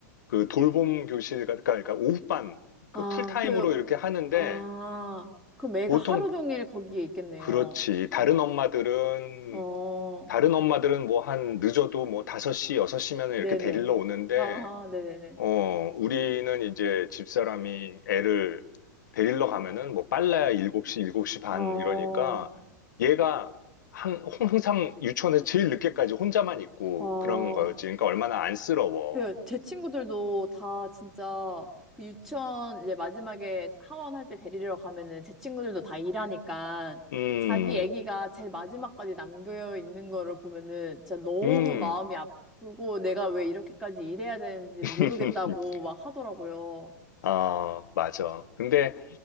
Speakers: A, on the left (about 80°); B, in the centre.
A: 그 돌봄 교실, 가- 그러니까, 그러니까 오후반 그
B: 아,
A: 풀타임으로
B: 그,
A: 이렇게 하는데
B: 아, 그럼 애가
A: 보통
B: 하루 종일 거기에 있겠네요.
A: 그렇지. 다른 엄마들은
B: 어,
A: 다른 엄마들은 뭐 한 늦어도 뭐 5시, 6시면 이렇게
B: 네네.
A: 데리러 오는데,
B: 아, 네네네.
A: 어, 우리는 이제 집사람이 애를 데리러 가면은 뭐 빨라야 7시, 7시 반
B: 어,
A: 이러니까 얘가 한, 항상 유치원에서 제일 늦게까지 혼자만 있고
B: 어.
A: 그런 거였지. 그러니까 얼마나 안쓰러워.
B: 그, 제 친구들도 다 진짜 그 유치원 이제 마지막에 하원 할 때 데리러 가면은 제 친구들도 다 일하니까
A: 음,
B: 자기 애기가 제일 마지막까지 남겨 있는 거를 보면은 진짜 너무
A: 음.
B: 마음이 아프고 내가 왜 이렇게까지 일해야 되는지 모르겠다고
A: <laughs>
B: 막 하더라고요.
A: 아, 맞아. 근데